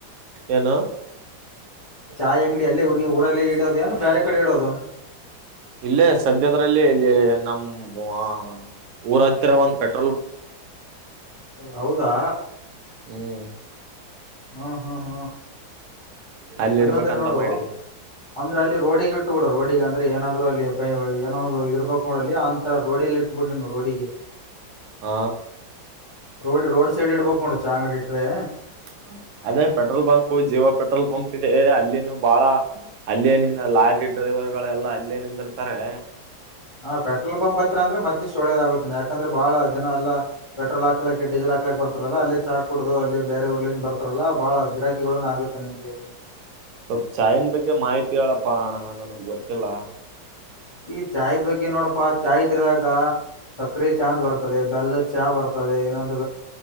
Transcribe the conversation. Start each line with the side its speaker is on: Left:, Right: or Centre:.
Right: ಏನು
Left: ಚಾ ಅಂಗಡಿ ಅಲ್ಲೇ ನೀ ಊರಲ್ಲೇ ಇಡೋದೇ ಏನು ಬೇರೆ ಕಡೆ ಇಡೋದು
Right: ಇಲ್ಲೇ ಸದ್ಯದ್ರಲ್ಲಿ ಇಲ್ಲಿ ನಮ್ಮ ಊರ ಹತ್ತಿರ ಒಂದು ಪೆಟ್
Left: ಹೌದಾ
Right: ಹ್ಮ್
Left: ಹ್ಮ ಹ್ಮ ಹ
Right: <unintelligible> ಅಲ್ಲಿ
Left: ಹಂಗಂದ್ರೆ
Right: ಇಡ್ಬೇಕಂತ
Left: ನೋಡು
Right: ಮಾಡಿದೀನಿ
Left: ಅಂದ್ರೆ ಅಲ್ಲಿ ರೋಡಿಗೆ ಇಟ್ಟು ಬಿಡ ರೋಡಿಗ ಅಂದ್ರೆ ಏನಾದ್ರು ಅಲ್ಲಿ ಏನಾದ ಇದರ್ಬೇಕಕ್ ನೋಡಲ್ಲ ಅಂತರ ರೋಡಿಯಲ್ಲಿ ಇಟ್ಬಿಡ್ ನೀನು ರೋಡಿಗೆ
Right: ಹ
Left: ರೋಡ್ ರೋಡ್ ಸೈಡ್ ಇಡ್ಬಕ್ ನೋಡ ಚಾ ಅಂಗಡಿ ಇಟ್ರೆ
Right: <unintelligible> ಅದೇ petrol pump Jio petrol pump ಇದೆ ಅಲ್ಲಿನು ಬಾಳ ಅಲ್ಲಿನಿಂದ ಲಾರಿ ಡ್ರೈವರ್ ಗಳೆಲ್ಲಾ ಅಲ್ಲೇ ನಿಂದಿರ್ತಾರೆ
Left: ಹಾ ಪೆಟ್ರೋಲ್ ಪಂಪ್ ಹತ್ರ ಅಂದ್ರೆ ಮತ್ತಷ್ಟ ಒಳ್ಳೇದಾಗುತ್ತೆ ಯಾಕಂದ್ರೆ ಬಾಳ ಜನ ಎಲ್ಲಾ ಪೆಟ್ರೋಲ್ ಹಾಕೋಳಕ್ ಡೀಸೆಲ್ ಹಾಕೋಳಕ್ ಹಾಕ್ಲಕ್ ಬರ್ತಾರಲ್ಲ ಅಲ್ಲಿ ಚಾಕ್ ಕುಡುದು ಅಲ್ಲಿ ಬೇರೆ ಉರುಲಿಂದು ಬರ್ತಾರಲ್ಲ ಬಾಳ ಗಿರಾಕಿ ನ್ ಆಗುತ್ತೆ ನಿಮಗೆ
Right: ಸ್ವಲ್ಪ್ ಚಾಯ್ನ್ ಬಗ್ಗೆ ಮಾಹಿತಿ ಹೇಳಪ್ಪ ಅಣ ನನಗ್ ಗೊತ್ತಿಲ್ಲ
Left: ಈಗ ಚಾಯದ್ ಬಗ್ಗೆ ನೋಡಪ್ಪಾ ಚಾಯ್ ಇದ್ರಾಗ ಸಕ್ರಿ ಚಾ ಅಂತ ಬರ್ತದೆ ಬೆಲ್ಲದ ಚಾ ಬರ್ತದೆ ಇನ್ನೊಂದು